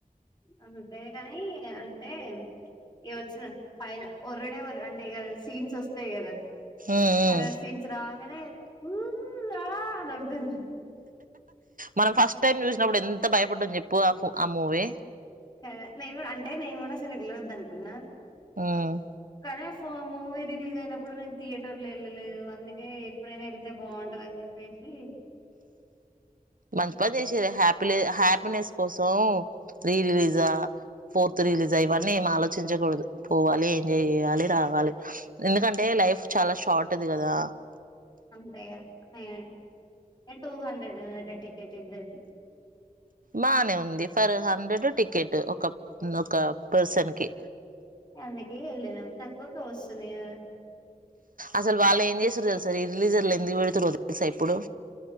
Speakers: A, on the left (about 30°); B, on the right (about 65°).
A: అంతేగాని ఇగ అంటే ఇగ వచ్చిన పైన ఒర్రుడే ఓర్ అంటే ఇగ సీన్స్ వస్తయి కదా
B: ఉమ్
A: హార్రర్
B: ఉమ్
A: సీన్స్ రా గనే ఊ ఆ అని ఓర్రుతరు
B: మనం ఫస్ట్ టైం చూసినప్పుడు ఎంత బయపడ్డాం చెప్పు ఆ ఫో ఆ మూవీ
A: కదా నేను అంటే నేను కూడా అసలు ఎలొద్దు అనుకున్నా
B: ఉమ్
A: కానీ ఫో మూవీ రిలీజ్ అయినప్పుడు నేను థియేటర్ లో వెళ్ళలేదు అందుకే ఎప్పుడైనా వెళ్తే బాగుంటది అని చెప్పేసి
B: మంచి పని చేసీరు హ్యాపీల్ హ్యాపీనెస్ కోసం రీ రిలీజా, ఫోర్త్ రిలీజా ఇవన్నీ ఏమి ఆలోచించకూడదు. పోవాలి ఎంజాయ్ చెయాలి రావాలి. ఎందుకంటే లైఫ్ చాలా షార్ట్ది కదా.
A: అంతే హే ఎ టూ హండ్రెడెనట టికెట్ ఇద్దరికి
B: బానే ఉంది ఫర్ హండ్రెడ్ టికెట్ ఒక ఉమ్ ఒక పర్సన్ కి
A: అందుకే వెళ్ళినాం తక్కువకు వస్తుంది గదా
B: అసలు వాళ్ళు ఏం చేసిన్రు తెలుసా, రీ రిలీజర్లు ఎందుకు పెడుతురో తెలుసా ఇప్పుడు.